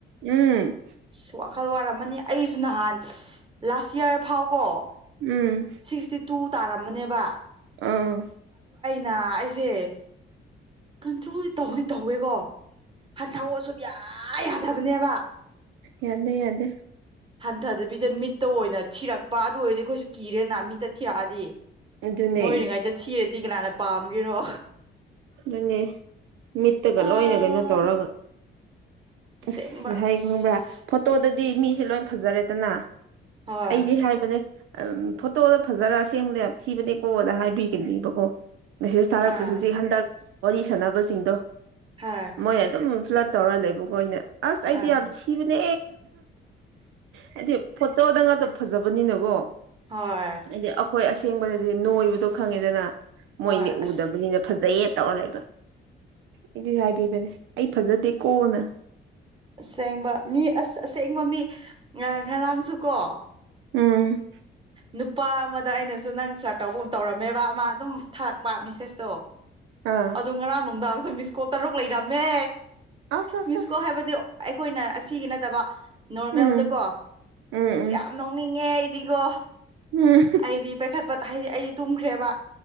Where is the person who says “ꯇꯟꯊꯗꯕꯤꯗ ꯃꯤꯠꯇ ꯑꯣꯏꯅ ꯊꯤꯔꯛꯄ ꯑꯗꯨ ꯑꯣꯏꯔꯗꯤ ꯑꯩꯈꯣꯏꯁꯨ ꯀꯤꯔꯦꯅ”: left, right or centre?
Right